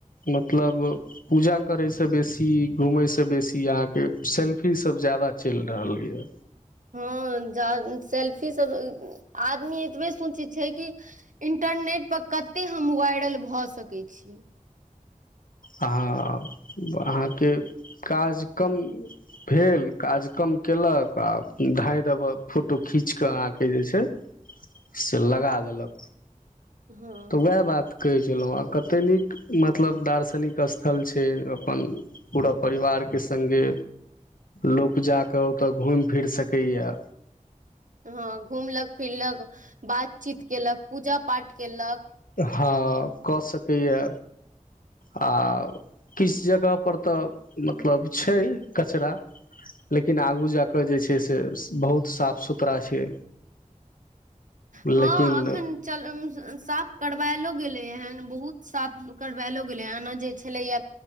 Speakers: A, on the left; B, on the right.
A: मतलब पूजा करय से बेसी घूमे से बेसी यहाँके सेल्फी सब ज्यदा चलि रहलये
B: हँ सेल्फी सब आदमी एतबे सोचैत छै कि इंटरनेटपर कतेक हम वायरल भऽ सकैत छी
A: ह अहाँके काज कम भेल काज कम केलक आ धाँय दबक फोटो खिच खीच कऽ आ के जे छै से लगा देलक
B: हँ
A: तऽ वएह बात कहै छै छलउ है कतैक निक मतलब दार्ष निक स्थल छै अपन पूरा परिवार के सङ्गे लोक जा कऽ ओतय घुमि फिरि सकैए
B: हँ घूमलक फिरलक बातचीत कयलक पूजा पाठ कयलक
A: हँ कऽ सकैएा आ किछु जगह पर तऽ मत मतलब छै कचरा लेकिन आगू जाकऽ जे छै से बहुत साफ सुथरा छै
B: हँ
A: लेकिन
B: एखन चल साफ करबायलो गेलैन हन बहुत साफ करवेलो गेलेन हन एना जे छले या